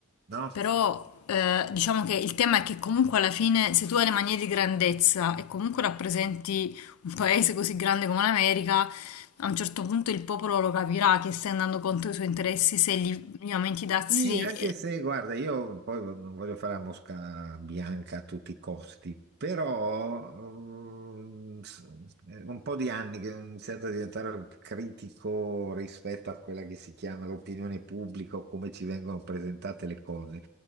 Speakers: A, on the right (about 50°); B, on the left (about 75°).
A: no?
B: però eh, diciamo che il tema è che comunque alla fine se tu hai le manie di grandezza e comunque rappresenti un paese così grande come l'America, a un certo punto il popolo lo capirà che stai andando contro i suoi interessi se gli, gli aumenti i dazi.
A: Sì, anche
B: e-
A: se, guarda, io poi non voglio fare la mosca bianca a tutti i costi, però ehm, s- è un po' di anni che ho iniziato a diventare critico rispetto a quella che si chiama l'opinione pubblica o come ci vengono presentate le cose.